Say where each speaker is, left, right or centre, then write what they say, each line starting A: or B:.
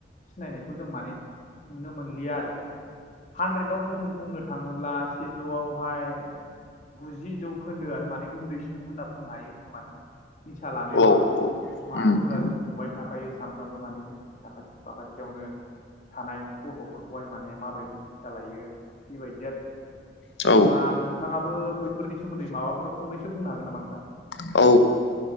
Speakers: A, on the left (about 40°); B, on the left (about 80°).
A: सिनायनायखौ जों माने नुनो मोनलिया आरो हानद्रेदआव जों बुंनो थाङोब्ला सिजौआवहाय गुजि जौ खोन्दोआनो माने उन्दै सुबुं होनना बुंनो हायो जोङो माने निसा लानायाव
B: औ उम
A: आरो मानो
B: उम
A: होनोब्ला जों नुबाय थाखायो सानफ्रामबो माने जोंनि साखाथि फाखाथियावनो थानाय गथ'फोरखौहाय माने माबायदि निसा लायो बेबायदि आरो
B: औ
A: अब्ला नोंथाङाबो बै फोरनि सोमोन्दै माबाफोर फंनैसो बुंनो हागोन नामा नोंथां?
B: औ